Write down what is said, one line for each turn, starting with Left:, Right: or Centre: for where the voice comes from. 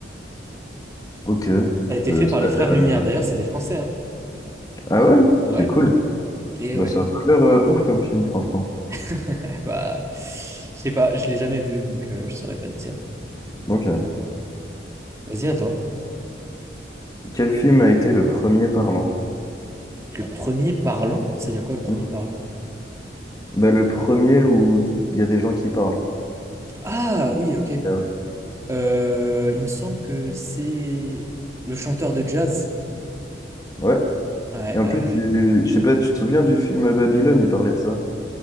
Left: Ok. Euh,
Right: Ça a été
Left: ça
Right: fait par les
Left: a
Right: frères
Left: l'air,
Right: Lumière.
Left: euh,
Right: D'ailleurs, c'est des Français, hein.
Left: Ah ouais?
Right: Ouais.
Left: C'est cool.
Right: Et
Left: Bah,
Right: ouais.
Left: ça a pas l'air euh, ouf comme film, franchement.
Right: <laughs> Bah, je sais pas, je l'ai jamais vu, donc euh, je saurais pas te dire.
Left: Ok.
Right: Vas-y, à toi.
Left: Quel film a été le premier parlant?
Right: Le premier parlant, c'est-à-dire quoi le premier
Left: Mhm.
Right: parlant?
Left: Bah, le premier où il y a des gens qui parlent.
Right: Ah oui, ok.
Left: Yeah.
Right: Euh, il me semble que c'est le chanteur de jazz.
Left: Ouais.
Right: Ouais,
Left: Et en
Right: ouais.
Left: plus, tu- je sais pas, tu te souviens du film Babylone, il parlait de ça.